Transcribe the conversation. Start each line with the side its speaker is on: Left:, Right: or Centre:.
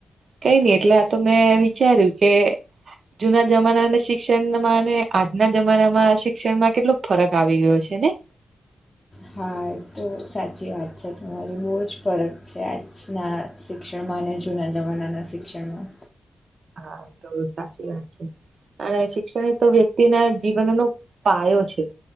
Right: કઈ નઈ એટલે આ તો મેં વિચાર્યું કે જુના જમાનાના શિક્ષણમાં ને આજના જમાનામાં શિક્ષણમાં કેટલો ફરક આવી ગયો છે, ને?
Left: હા એતો તો સાચી વાત છે, તમારી બહુ જ ફરક છે, આજના શિક્ષણમાં અને જૂના જમાનાના શિ ક્ષણમાં.
Right: હા તો સાચી વાત છે. અને શિક્ષણ તો વ્યક્તિના જીવનનો પાયો છે.